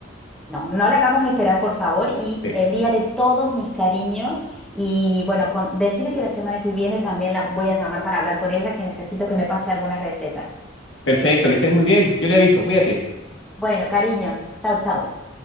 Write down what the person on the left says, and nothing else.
que-
Perfecto, que estés muy bien. Yo le aviso, cuídate.